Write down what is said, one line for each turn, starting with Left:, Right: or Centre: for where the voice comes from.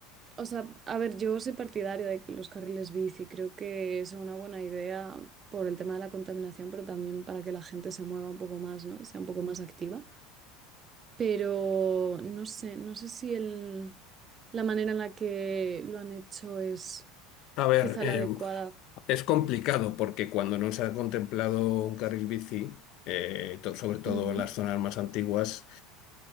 Right: O sea, a ver, yo soy partidaria de los carriles bici, creo que es una buena idea por el tema de la contaminación, pero también para que la gente se mueva un poco más, ¿no? Y sea un poco más activa pero no sé, no sé si el, la manera en la que lo han hecho es
Left: A ver,
Right: quizá
Left: eh,
Right: la adecuada.
Left: es complicado porque cuando no se ha contemplado un carril bici, eh, to- sobre todo
Right: Ujú,
Left: en las zonas más antiguas,